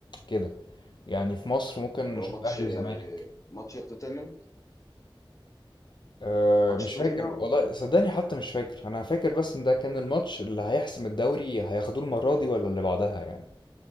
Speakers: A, on the left; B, on the left.
A: كده يعني في مصر ممكن
B: اللي
A: نشوف
B: هو ماتش
A: اهلي وزمالك
B: ماتش توتنهام
A: أه
B: ماتش
A: مش
B: توتنهام
A: فاكر والله صدقني حتى مش فاكر انا فاكر بس ان ده كان الماتش اللي هيحسم الدوري هياخدوه المرة دي ولا اللي بعدها يعني